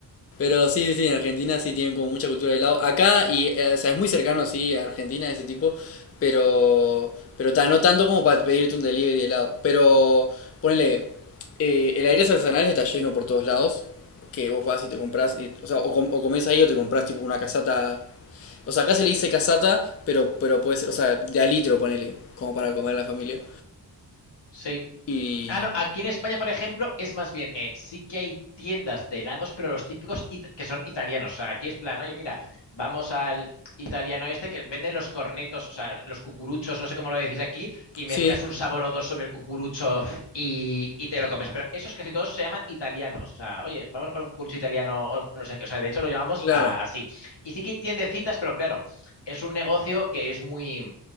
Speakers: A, on the left; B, on the left.
A: pero sí, sí, sí, en Argentina sí tienen como mucha cultura de helado. Acá, y, eh, o sea, es muy cercano, sí, a Argentina, ese tipo, pero, pero ta, no tanto como para pedirte un delivery de helado. Pero, ponele, eh, el aire artesanal está lleno por todos lados, que vos vas y te compras,
B: Mm,
A: y, o sea, o, com- o comes ahí o te compras tipo una casata o sea, acá se le dice casata, pero, pero puede ser, o sea, de a litro, ponele, como para comer a la familia.
B: Sí.
A: Y.
B: Ah, no, aquí en España, por ejemplo, es más bien, eh, sí que hay tiendas de helados, pero los típicos it- que son italianos. O sea, aquí es plan, oye, mira, vamos al italiano este que venden los cornetos, o sea, los cucuruchos, no sé cómo lo decís aquí, y mezclas
A: Sí,
B: un sabor o dos sobre el cucurucho y, y te lo comes. Pero esos casi todos se llaman italianos. O sea, oye, vamos para un cucurucho italiano o no sé qué. O sea, de hecho lo llamamos
A: claro,
B: a- así. Y sí que hay tiendecitas, pero claro, es un negocio que es muy...